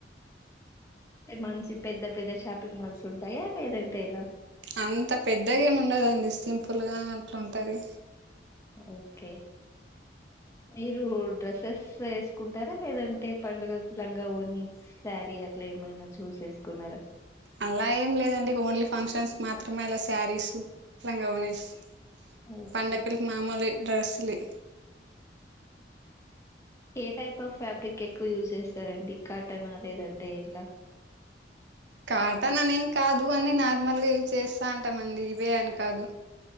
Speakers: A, on the left; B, on the right.
A: అంతే మంచ్ పెద్ద పెద్ద షాపింగ్ మాల్స్ ఉంటాయా లేదంటే ఎలా
B: అంత పెద్దగా ఏమి ఉండదండి సింపుల్గా అట్లాంటుంది
A: ఓకే మీరు డ్రెస్సెస్ వేసుకుంటారా లేదంటే పండుకు లంగా ఓనీ శారీ అట్లా ఏమైనా చూస్ వేసుకున్నారా
B: అలా ఏం లేదండి ఓన్లీ ఫంక్షన్స్ మాత్రమే అలా శారీస్ లంగా ఓనిస్
A: ఓకే.
B: పండకలకు మామూలే డ్రెస్స్లే
A: ఏ టైప్ ఆఫ్ ఫ్యాబ్రిక్ ఎక్కువ యూజ్ చేస్తారండి కాటన్ ఆ లేదంటే ఎట్లా
B: కాటన్ అనేం కాదు అని నార్మల్గా యూజ్ చేస్తా చేస్తాంటామండి ఇవే అని కాదు